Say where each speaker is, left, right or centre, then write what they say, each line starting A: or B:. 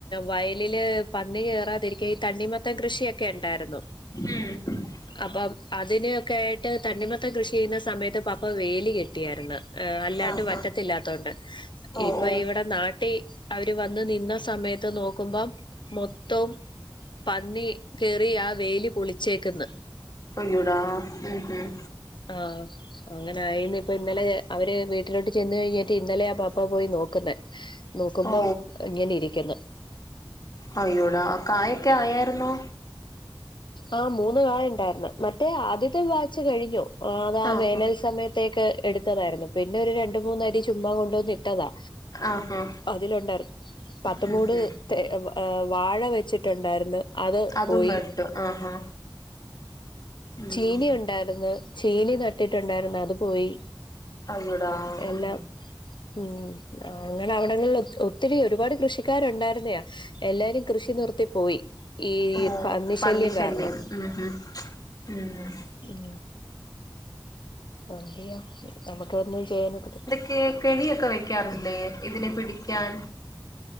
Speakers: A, on the left; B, on the left.
A: വയലില് പന്നി കേറാതിരിക്കാൻ ഈ തണ്ണിമ ത്തം കൃഷിയൊക്കെ ണ്ടാര്ന്നു
B: ഉം
A: അപ്പം അതിനൊക്കായിട്ട് തണ്ണിമ പ്പ കൃഷി ചെയ്യുന്ന സമയത്ത് പപ്പ വേലി കെട്ടിയായിര്ന്ന് എഹ് അല്ലാണ്ട്
B: ആഹാ
A: വറ്റത്തില്ലാത്തോണ്ട്
B: ഓ
A: ഇപ്പൊ
B: ഓ
A: ഇവടെ നാട്ടീ അവര് വന്ന് നിന്ന സമയ ത്ത് നോക്കുമ്പം മൊത്തൊം പന്നി കേറി ആ വേലി പൊളിച്ചേക്ന്ന്
B: അയ്യോടാ ഉം ഉം
A: ആഹ് അങ്ങനായിണ് അപ്പൊ ഇന്നലെ അവര് വീട്ടിലോട്ട് ചെന്ന് കഴിഞ്ഞിട്ട് ഇന്നലെയാ പാപ്പ പോയി നോക്ക്ന്നെ നോക്കുമ്പം
B: ഓ
A: ഇങ്ങനെയിരിക്ക്ന്ന്
B: അയ്യോടാ കായൊക്ക്യായേര്ന്നോ?
A: ആഹ് മൂന്ന് കായ ണ്ടായിര്ന്ന് മറ്റേ ആദ്യത്തെ വാച്ച് കഴിഞ്ഞു. ഓഹ് ഞാൻ
B: ആഹാ
A: വേനൽ സമയത്തേക്ക് എട്ത്തതായിരുന്നു പിന്നെ ഒരു രണ്ട് മൂന്ന് അരി ചുമ്മാ കൊണ്ടോന്ന്ട്ടതാ
B: ആഹാ
A: അതിലുണ്ടായിര് പത്ത്
B: ഉം
A: മൂട്
B: ഉം
A: തെ ഏഹ് വാഴ വെച്ചിട്ടുണ്ടായിര്ന്ന് അത്
B: അതും
A: പോയി
B: നട്ട് ആഹാ ഉം
A: ചീനി ഉണ്ടായിര്ന്ന് ചീനി നട്ടിട്ടുണ്ടായിര്ന്ന് അത് പോയി
B: അയ്യോടാ
A: എല്ലാം
B: ഉം
A: ഉം അങ്ങനെ അവിടങ്ങളിൽ ഒത്ത് ഒത്തിരി ഒരുപാട് കൃഷിക്കാര്ണ്ടായിര്ന്ന്യാ എല്ലാരും കൃഷി നിർത്തി പോയി ഈ
B: ഓ
A: പന്നിശല്യം
B: പന്നി ശല്യം
A: കാരണം.
B: ഉം ഉം ഉം
A: ഉം എന്തെയ്യാം നമുക്കൊന്നും ചെയ്യാനൊക്കത്
B: കെ കെണിയൊക്കെ വെക്കാറില്ലേ ഇതിനെ പിടിക്കാൻ?